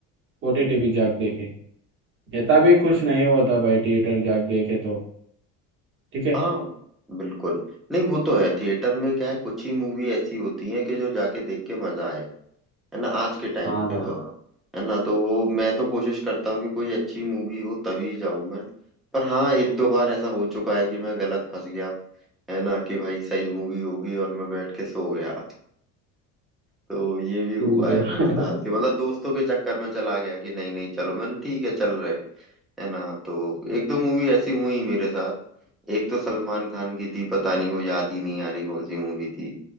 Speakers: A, on the right; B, in the centre.
A: ओटीटी भी जाके देखे इतना भी खुश नहीं होता भाई थिएटर जाके देखे तो ठीक है
B: हाँ बिल्कुल नहीं वो तो है थिएटर में क्या है कुछ ही मूवी ऐसी होती है कि जो जाके देख के मजा आए है ना आज के टाइम
A: हाँ
B: पे
A: भाई
B: तो हाँ है ना तो वो मैं तो कोशिश करता हूँ कि कोई अच्छी मूवी हो तभी जाऊं मैं पर हाँ एक दो बार ऐसा हो चुका है कि मैं गलत फंस गया है ना कि भाई सही मूवी होगी और मैं बैठ के सो गया तो ये भी हुआ
A: ठीक है
B: है मेरे साथ कि मतलब दोस्तों के चक्कर में चला गया कि नहीं नहीं चलो मैंने ठीक है चल रहे है ना तो एक दो मूवी ऐसी हुई मेरे साथ एक तो सलमान खान की थी पता नहीं वो याद ही नहीं आ रही कौन सी मूवी थी